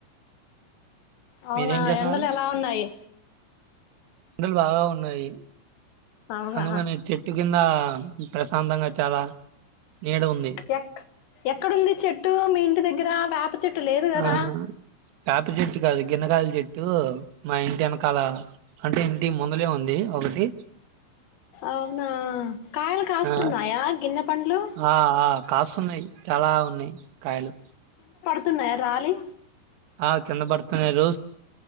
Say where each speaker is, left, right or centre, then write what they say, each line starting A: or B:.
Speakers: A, on the left (about 85°); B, on the right (about 80°).
A: అవునా
B: మీరేం చేస్తున్నారు
A: ఎండలు ఎలా ఉన్నాయి
B: ఎండలు బాగా ఉన్నాయి
A: అవునా
B: అందుకని చెట్టు కింద ప్రశాంతంగా చాలా నీడ ఉంది
A: ఎ ఎక్కడుంది చెట్టు మీ ఇంటి దగ్గర వేప చెట్టు లేదు కదా
B: ఆ వేప చెట్టు కాదు గిన్నకాయల చెట్టు ఇటు మా ఇంటి వెనకాల అంటే ఇంటి ముందులే ఉంది ఒకటి
A: అవునా కాయలు కాస్తున్నాయా
B: ఆ
A: గిన్నె పండ్లు
B: ఆ కాస్తన్నాయి చాలా ఉన్నాయి కాయలు
A: వస్తున్నాయా రాలి
B: ఆ కింద పడుతున్నా రోజ్